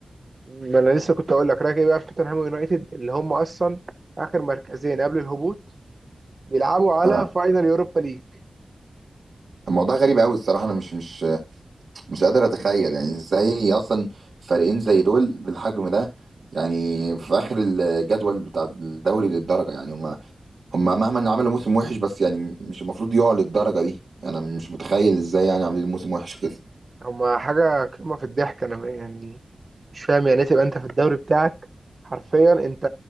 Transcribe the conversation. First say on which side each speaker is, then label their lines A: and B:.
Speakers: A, on the right; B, on the right.
A: ما انا لسه كنت اقول لك رايك ايه بقى في توتنهام ويونايتد اللي هم اصلا اخر مركزين قبل الهبوط بيلعبوا على
B: اه
A: فاينل يوروبا ليج
B: الموضوع غريب قوي الصراحه انا مش مش مش قادر اتخيل يعني ازاي اصلا فريقين زي دول بالحجم ده يعني في اخر الجدول بتاع الدوري للدرجه يعني هم هم مهما عملوا موسم وحش بس يعني مش المفروض يقعوا للدرجه دي انا مش متخيل ازاي يعني عاملين موسم وحش كده
A: هما حاجه قمه في الضحك انا يعني مش فاهم يعني ايه تبقى انت في الدوري بتاعك حرفيا انت